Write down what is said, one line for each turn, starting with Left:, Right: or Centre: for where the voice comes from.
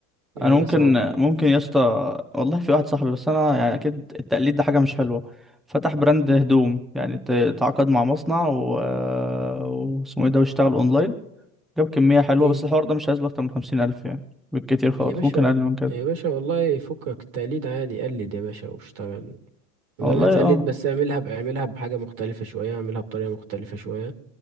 Right: يعني
Centre: انا
Right: حاجة
Centre: ممكن
Right: صعبة
Centre: ممكن يا اسطى والله في واحد صاحبي بس انا يعني اكيد التقليد ده حاجة مش حلوة فتح براند هدوم يعني ت- تعاقد مع مصنع و آه، واسمه ايه ده واشتغل اونلاين جاب كمية حلوة
Right: مم.
Centre: بس الحوار ده مش عايز له أكتر من خمسين ألف يعني بالكتير خالص
Right: يا باشا
Centre: ممكن أقل من كده
Right: يا باشا والله فكك التقليد عادي قلد يا باشا واشتغل وزي
Centre: والله
Right: ما هتقلد
Centre: اه
Right: بس اعملها ب- اعملها بحاجة مختلفة شوية اعملها بطريقة مختلفة شوية